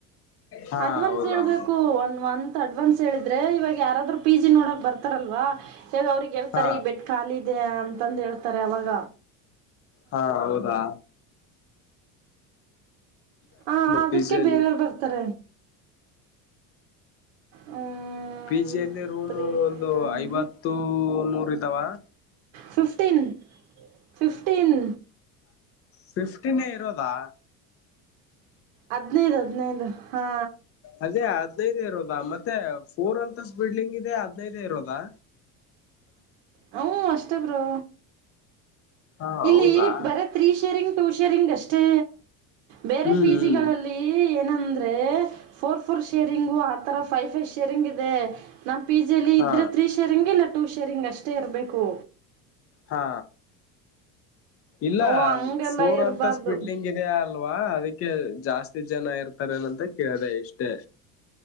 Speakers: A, on the left (about 35°); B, on the right (about 75°).
A: ಹಾ
B: ಅಡ್ವಾನ್ಸ್
A: ಹೌದೌದು
B: ಹೇಳ್ಬೇಕು ಒಂದ್ ಮಂತ್ ಅಡ್ವಾನ್ಸ್ ಹೇಳಿದ್ರೆ ಇವಾಗ ಯಾರಾದ್ರರು ಪಿ ಜಿ ನೋಡಕ್ ಬರ್ತಾರಲ್ವಾ ಹಗ ಅವ್ರಿಗೆ ಹೇಳ್ತಾರೆ
A: ಹಾ
B: ಈ ಬೆಟ್ ಖಾಲಿದೆ ಅಂತಂದು ಹೇಳ್ತಾರೆ ಅವಾಗ
A: ಹಾ ಹೌದಾ
B: ಹ ಅದಕ್ಕೆ
A: ಪಿ ಜಿಯಲ್ಲಿ
B: ಬೇರೆಯವ್ರು ಬರ್ತಾರೆ ಹ್ಮ್
A: ಪಿಜಿ ಯಾಲ್ಲಿ ರೂಮು
B: ತ್ರೀ
A: ಒಂದು
B: ನೈನ್
A: ಐವತ್ತು ನೂರ ಇದ ಇದಾವ
B: ಫಿಫ್ಟೀನ್ ಫಿಫ್ಟೀನ್
A: ಫಿಫ್ಟೀನ್ ನೇ ಇರೋದಾ
B: ಹದ್ನೈದು ಹದ್ನೈದು ಹಾ
A: ಅದೇ ಹದ್ನೈದೇ ಇರೋದಾ ಮತ್ತೆ ಫೋರ್ ಅಂತಸ್ ಬಿಲ್ಡಿಂಗ್ ಇದೆ ಹದ್ನೈದೇ ಇರೋದಾ
B: ಹ ಅಷ್ಟೇ ಪ್ರೋ
A: ಹಾ
B: ಇಲ್ಲಿ
A: ಹೌದಾ
B: ಬರತ್ ರರಿ ಶೇರಿಂಗ್ ಟೂಷರಿಂಗ್ ಅಷ್ಟೇ ಬೇರೆ
A: ಹ್ಮ್
B: ಪಿ
A: ಹ್ಮ್
B: ಜಿಗಳಲ್ಲಿ ಏನಂದ ಫೋರ್ ಫೋರ್ ಶೇರಿಂಗು ಆತರ ಫೈವ್ ಫೈವ್ ಶೇರಿಂಗ್ ಇದೆ ನಮ್ಮ ಪಿ ಜಿಯಲಿ
A: ಹಾ
B: ಇದ್ದರೆ ತ್ರೀ ಶೇರಿಂಗ್ ಇಲ್ಲ ಟೂ ಶೇರಿಂಗ್ ಅಷ್ಟೇ ಇರಬೇಕು
A: ಹಾ ಇಲ್ಲ
B: ಓ ಹಂಗೆಲ್ಲ
A: ಫೋರ್
B: ಇರಬಾರ್ದು
A: ಅಂತ ಸ್ಪಿಡ್ಲಿಂಗ್ ಇದ ಅಲ್ವಾ ಅದಕ್ಕೆ ಜಾಸ್ತಿ ಜನ ಇರ್ತಾರ ಏನಂತ ಕೇಳಿದೆ ಇಷ್ಟೇ